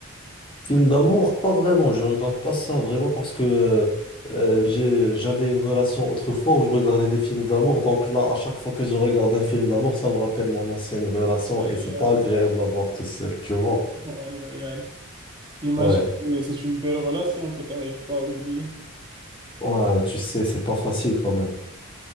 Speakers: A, on the left (about 25°); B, on the right (about 20°).
A: Film d'amour, pas vraiment. Je regarde pas ça vraiment parce que euh, j'ai, j'avais une relation autrefois où je regardais des films d'amour. Donc là, à chaque fois que je regarde un film d'amour, ça me rappelle mon ancienne relation
B: Aïe,
A: et c'est
B: aïe,
A: pas
B: aïe.
A: agréable à voir tout seul, tu vois.
B: Non, aïe, aïe, aïe. J'imagine
A: Ouais.
B: que c'est une belle relation que tu n'arrives pas à oublier.
A: Ouais, tu sais, c'est pas facile quand même.